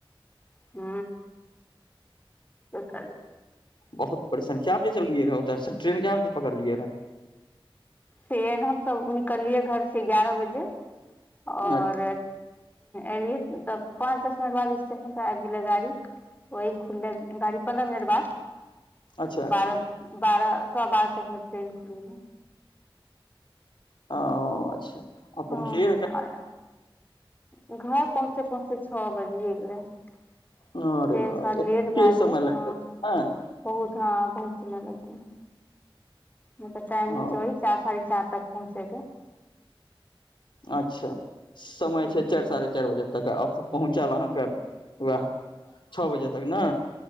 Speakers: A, on the left (about 20°); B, on the left (about 60°).
A: हू, कर।
B: बहुत परेशानके बजे चलियै रहै ओत ट्रेन क्य बजे पकड़लियै रहै?
A: से हमसँ निकललियै घरसे एगारह बजे
B: रहए
A: और एलियै तऽ पाँच दस मिनट बाद स्टेशन पर आ गेले गाड़ी। ओहि खुुले रहै गाड़ी पन्द्रहा मिनट बाद।
B: अच्छा अच्छा
A: बारह बारह सवा बारह तकमे ट्रेन खुल ह
B: ओ, अच्छा। आ पहुँचलियै
A: हँ,
B: रह
A: घर पहुँचते पहुँचते छओ बजि गेलै। ट्रेन
B: अरे वाह
A: सभ
B: एते
A: लेट भए
B: समय
A: गेलै
B: लागि
A: ह।
B: गेल
A: बहुत, हँ बहुत समय लगै ह। म तऽ
B: हँ
A: टाइमिंग छै, वही चार साढ़े चार तक पहुँचेके।
B: अच्छा, समय
A: ह
B: छै, सारी साढ़े चारि बजे तक पहुँचल अहाँकेँ उएह। छओ बजे तक ने